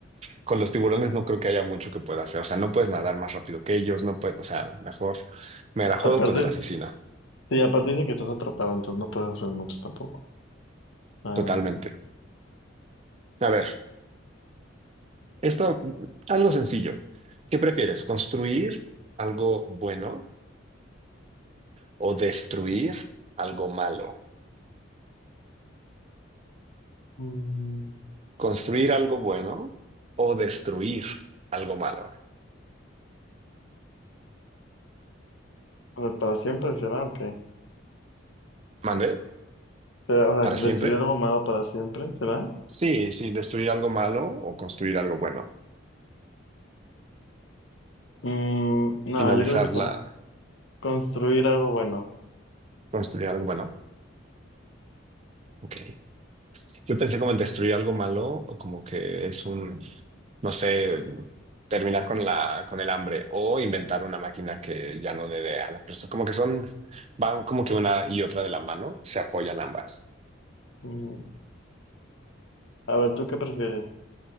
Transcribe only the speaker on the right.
con los tiburones no creo que haya mucho que pueda hacer. O sea, no puedes nadar más rápido que ellos, no puedes, o sea, mejor me la juego
con el asesino,
totalmente. A ver, esto, algo sencillo. ¿Qué prefieres? ¿Construir algo bueno o destruir algo malo?
¿Construir algo bueno o destruir algo malo?
¿Mande?
¿Para siempre?
Sí, sí, destruir algo malo o construir algo bueno.
Finalizarla,
construir algo bueno. Ok. Yo pensé como en destruir algo malo o como que es un, no sé, terminar con la, con el hambre o inventar una máquina que ya no le dé a las personas. Como que son, van como que una y otra de la mano, se apoyan ambas.